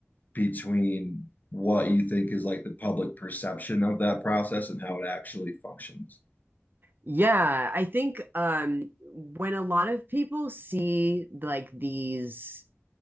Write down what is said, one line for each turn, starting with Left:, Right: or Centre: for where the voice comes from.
Left: between what you think is like the public perception of that process and how it actually functions?
Right: Yeah, I think um, when a lot of people see like these